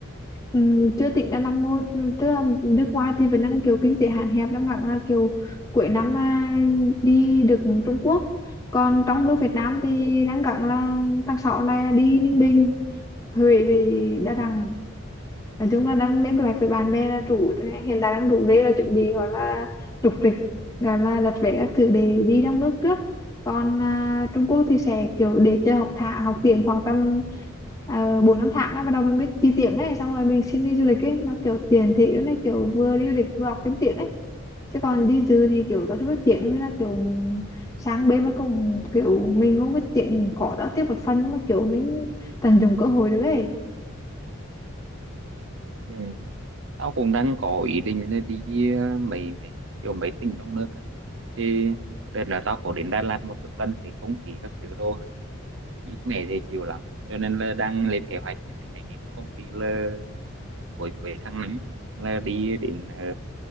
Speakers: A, on the left; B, on the right.
A: ừ, chưa tính là năm mô tức là nước ngoài thì vẫn đang kiểu kinh tế hạn hẹp đang gắng là kiểu cuối năm à, đi được Trung Quốc còn trong nước Việt Nam thì đang gắng là tháng 6 này là đi Ninh Bình Huế về Đà Nẵng nói chung là đang lên kế hoạch với bạn bè là rủ hiện tại đang rủ rê là chuẩn bị gọi là rục rịch gọi là đặt vé các thứ để đi trong nước trước còn à, Trung Quốc thì sẽ kiểu để chơi học thạ học tiếng khoảng tầm uh, 4 5 tháng ấy, bắt đầu mình biết đi tiếng ấy xong rồi mình xin đi du lịch ấy nó kiểu tiền thị nó kiểu vừa đi du lịch vừa học thêm tiếng ấy chứ còn đi dư thì kiểu tao chưa biết tiếng nên là kiểu sáng bên mà cùng kiểu mình không biết tiếng khó tao tiếp một phần nhưng mà kiểu mình tận dụng cơ hội được ấy
B: Ừ. Tao cũng đang có ý định là đi ờ, mấy mấy kiểu mấy tỉnh trong nước á. Thì đợt là tao có đến Đà Lạt một lần thì không khí các thứ đồ mát mẻ dễ chịu lắm. Cho nên là đang lên kế hoạch để anh em trong công ty là cuối cuối tháng 5 là đi đến ờ,